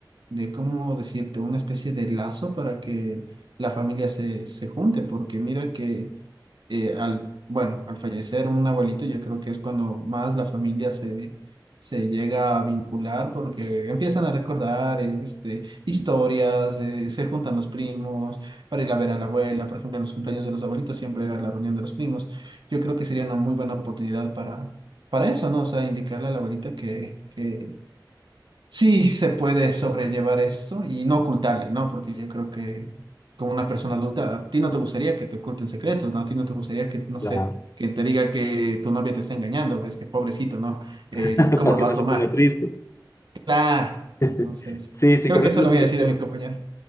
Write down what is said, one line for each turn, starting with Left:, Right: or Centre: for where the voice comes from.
Right: de, ¿cómo decirte? Una especie de lazo para que la familia se, se junte, porque mira que eh, al, bueno, al fallecer un abuelito, yo creo que es cuando más la familia se, se llega a vincular porque empiezan a recordar este, historias, eh, se juntan los primos para ir a ver a la abuela, por ejemplo, en los cumpleaños de los abuelitos siempre era la reunión de los primos. Yo creo que sería una muy buena oportunidad para, para eso, ¿no? O sea, indicarle a la abuelita que... que Sí, se puede sobrellevar esto y no ocultarle, ¿no? Porque yo creo que como una persona adulta, a ti no te gustaría que te oculten secretos, ¿no? A ti no te gustaría que, no sé,
Left: La-
Right: que te diga que tu novia te está engañando, ves que pobrecito, ¿no? Eh,
Left: <laughs>
Right: ¿cómo
Left: para
Right: lo
Left: que
Right: va
Left: no
Right: a tomar?
Left: se ponga triste.
Right: Claro.
Left: <laughs>
Right: Entonces,
Left: Sí, sí,
Right: creo
Left: completamente
Right: que eso lo voy
Left: de
Right: a decir
Left: acuerdo.
Right: a mi compañero.